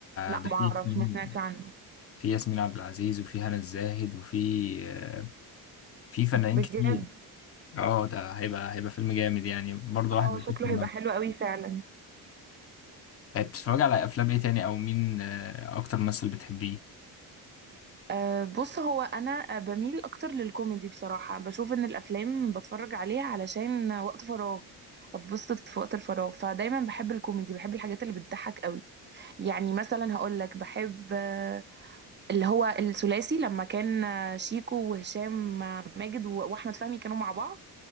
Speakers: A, on the right; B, on the left.
A: لا
B: ده
A: ما اعرفش
B: فيه ياسمين-
A: ما سمعتش عنه
B: في ياسمين عبد العزيز وفي هنا الزاهد وفي آه، في فنانين
A: بجد
B: كتير اه ده هيبقى هيبقى فيلم جامد يعني برضه
A: اه
B: واحد بيفكر
A: شكله هيبقى حلو قوي فعلا
B: آه، بتتفرجي على افلام ايه تاني او مين آه، اكتر ممثل بتحبيه
A: أه بص هو انا آه، بميل اكتر للكوميدي بصراحه بشوف ان الافلام بتفرج عليها علشان وقت فراغ اتبسط في وقت الفراغ فدايما بحب الكوميدي بحب الحاجات اللي بتضحك قوي يعني مثلا هقول لك بحب آه، اللي هو الثلاثي لما كان آه، شيكو وهشام آه، ماجد و- واحمد فهمي كانوا مع بعض